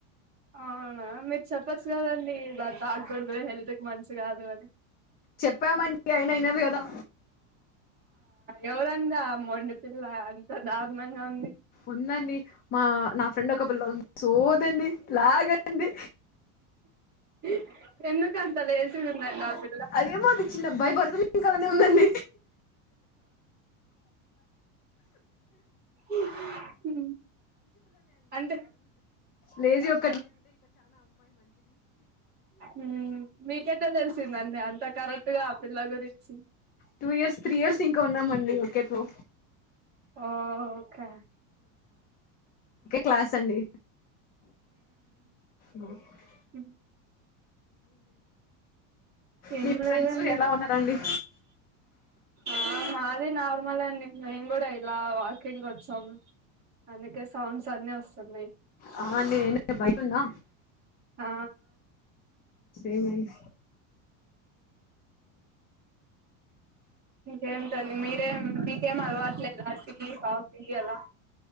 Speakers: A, on the right; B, on the left.
A: ఆ మీరు చెప్పచ్చు కదండి ఇ తాగకూడదు హెల్త్ కి మంచి కాదు అని.
B: చెప్పామండి అయినా అయినది కదా
A: ఎవరన్న మో <unintelligible> ఇంత దారుణంగా ఉంది.
B: ఉందండి మా నా ఫ్రెండ్ ఒక ప సోదండి. లాగండి.
A: <inaudible> ఎందుకు అంత లేజీ గ ఉందప్
B: అదేమోచిన్న భయపడుతుంది ఇంక అలానే ఉందండి.
A: ఉ హు అంటే
B: లేజి ఒక్
A: ఉమ్ మీకెట్టా తెల్సిందండి. అంతా కరెక్ట్గా ఆ పిల్ల గురించి
B: టూ ఇయర్స్ త్రీ ఇయర్స్ ఇంకా ఉన్నాం అండి కేతో
A: ఓకే
B: క్లాస్ సండే హ <inaudible>
A: హ్ మ్ ఏం
B: మీ
A: లేదండి
B: ఫ్రెండ్స్ ఎలా ఉన్నారండి
A: ఆ మాది నార్మలే అండి మేం కూడా ఇలా వాకింగ్ వచ్చాం అందుకే సాంగ్స్ అన్ని వస్తున్నాయ్
B: ఆ అండి నేను బయటున్నా
A: ఆ
B: ఏమైంది
A: ఇంకేంటండి మీరేం మీకేం అలవాట్లేదా టీ కాఫీ అలా